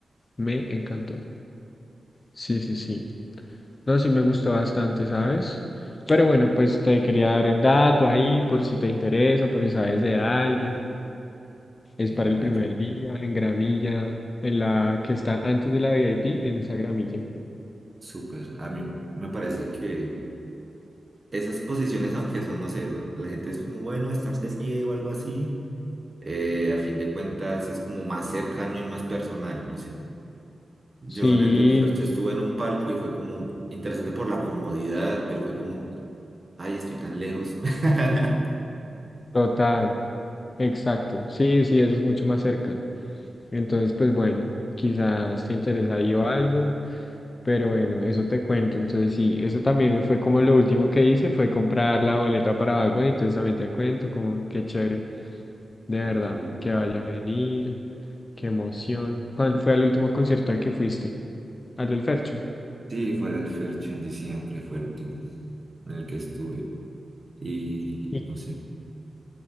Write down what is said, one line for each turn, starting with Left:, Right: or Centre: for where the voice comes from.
Left: me encantó. Sí, sí, sí. No, sí me gustó bastante, ¿sabes? Pero bueno, pues te quería dar el dato ahí por si te interesa, por si sabes de alguien. Es
Right: eh,
Left: para
Right: una
Left: el primer día en gramilla, en la que está antes de la VIP, en esa gramilla.
Right: súper. A mí me parece que esas posiciones, aunque son, no sé, no- la gente es como bueno estar de pie o algo así, eh, a fin de cuentas es como más cercano y más personal, no sé. Yo
Left: Sí,
Right: en el del Fercho estuve en un palco y fue como interesante por la comodidad, pero fue como, ay, estoy tan lejos. <laughs>
Left: total, exacto. Sí, sí, eso es mucho más cerca. Entonces, pues bueno, quizás te interesa ahí o algo, pero bueno, eso te cuento. Entonces, sí, eso también fue como lo último que hice, fue comprar la boleta para Bad Bunny, entonces también te cuento como qué chévere, de
Right: Qué
Left: verdad,
Right: rico.
Left: que vaya a venir, qué emoción. ¿Cuál fue el último concierto al que fuiste? Al del Fercho.
Right: Sí, fue del Fercho en diciembre, fue el último en el que estuve. Y
Left: ¿Y
Right: no sé.